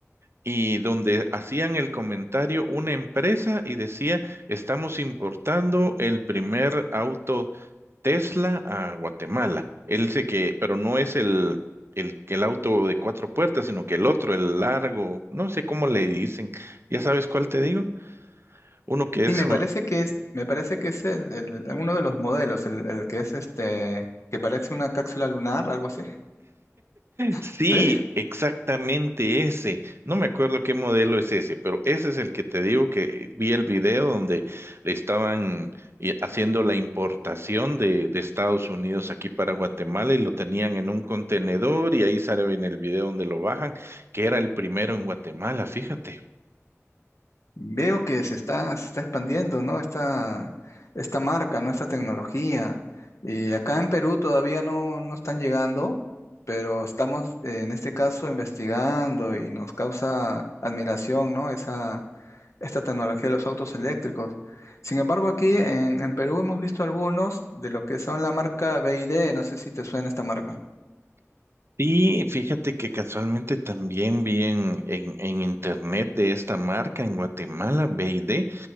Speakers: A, on the right; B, on the left.
A: Y donde hacían el comentario una empresa y decía, estamos importando el primer auto Tesla a Guatemala. Él sé que, pero no es el, el, el auto de cuatro puertas, sino que el otro, el largo, no sé cómo le dicen. ¿Ya sabes cuál te digo? Uno que
B: Sí,
A: es...
B: me parece que es, me parece que es el, el- uno de los modelos, el, el que es este, que parece una cápsula lunar, algo así. <laughs>
A: Sí,
B: ¿Sí?
A: exactamente ese. No me acuerdo qué modelo es ese, pero ese es el que te digo que vi el video donde le estaban eh, haciendo la importación de, de Estados Unidos aquí para Guatemala y lo tenían en un contenedor y ahí sale en el video donde lo bajan, que era el primero en Guatemala, fíjate.
B: Veo que se está, se está expandiendo, ¿no? Esta, esta marca, ¿no? Esta tecnología. Y acá en Perú todavía no, no están llegando, pero estamos eh, en este caso investigando y nos causa admiración, ¿no? Esa, esta tecnología de los autos eléctricos. Sin embargo, aquí en, en Perú hemos visto algunos de lo que son la marca BYD. No sé si te suena esta marca.
A: Sí, fíjate que casualmente también vi en, en, en internet de esta marca en Guatemala, BD,